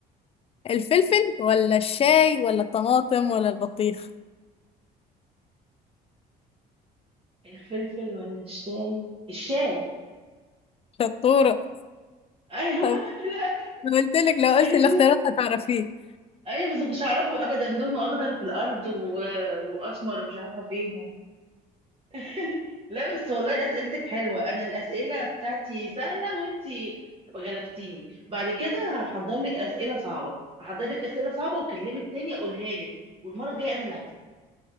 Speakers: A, on the left; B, on the right.
A: الفلفل ولا الشاي ولا الطماطم ولا البطيخ
B: الفلفل ولا الشاي الشاي
A: شطورة
B: ايوه
A: طب
B: لا
A: قلت لك لو قلت
B: انزل
A: الاختيارات هتعرفيه
B: ايوه بس ما كنتش اعرفه ابدا لونه اخضر في الارض و... واسمر مش عارفه فين و... <laughs> لا بس والله اسئلتك حلوه انا الاسئله بتاعتي سهله وانتي غلبتيني بعد كده هحضر لك اسئله صعبه هحضر لك اسئله صعبه واكلمك تاني اقولها لك والمره الجايه انا اللي هكسب